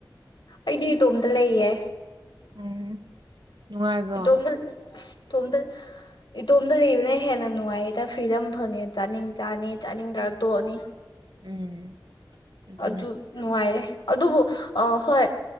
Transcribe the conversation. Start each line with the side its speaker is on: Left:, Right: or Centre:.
Left: ꯑꯩꯗꯤ ꯏꯇꯣꯝꯇ ꯂꯩꯌꯦ
Right: ꯎꯝ ꯅꯨꯡꯉꯥꯏꯕ꯭ꯔꯣ
Left: ꯇꯣꯗꯦꯜ ꯇꯣꯗꯦꯜ ꯏꯇꯣꯝꯗ ꯂꯩꯕꯅ ꯍꯦꯟꯅ ꯅꯨꯡꯉꯥꯏꯌꯦꯗ ꯐ꯭ꯔꯤꯗꯝ ꯐꯪꯉꯦ ꯆꯥꯅꯤꯡ ꯆꯥꯅꯤ ꯆꯥꯅꯤꯡ ꯇꯔ ꯇꯣꯛꯑꯅꯤ
Right: ꯎꯝ ꯑꯗꯨꯅꯦ
Left: ꯑꯗꯨ ꯅꯨꯡꯉꯥꯏꯔꯦ ꯑꯗꯨꯕꯨ ꯍꯣꯏ